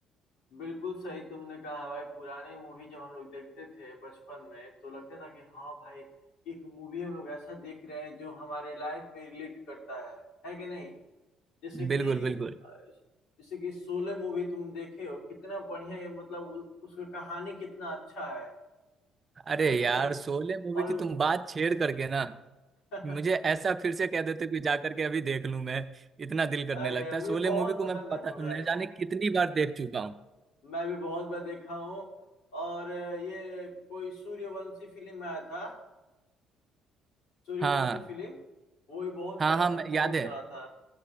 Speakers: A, on the left; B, on the right.
A: बिल्कुल सही तुमने कहा भाई पुरानी मूवी जब हम लोग देखते थे बचपन में तो लगता था कि हाँ भाई एक मूवी हम लोग ऐसा देख रहे हैं जो हमारे लाइफ में रिलेट करता है है कि नहीं जैसे
B: बिल्कुल
A: कि
B: बिल्कुल
A: अ, जैसे कि शोले मूवी तुम देखे हो कितना बढ़िया है मतलब उ, उसका कहानी कितना अच्छा है
B: अरे
A: है कि
B: यार
A: नहीं
B: शोले मूवी
A: और
B: की तुम बात छेड़ करके ना
A: <laughs>
B: मुझे ऐसा फिर से कह देते कि जा करके अभी देख लूं मैं इतना दिल करने
A: अरे
B: लगता
A: मुझे
B: है शोले
A: बहुत
B: मूवी को
A: पसंद
B: मैं पता
A: है मूवी
B: न
A: आई वो
B: जाने कितनी बार देख चुका हूँ
A: मैं भी बहुत बार देखा हूँ और अ, ये कोई सूर्यवंशी फिल्म में आया था सूर्यवंशी
B: हाँ
A: फिल्म वो भी बहुत
B: हाँ
A: चला
B: हाँ मैं-
A: था बहुत
B: याद है
A: चला था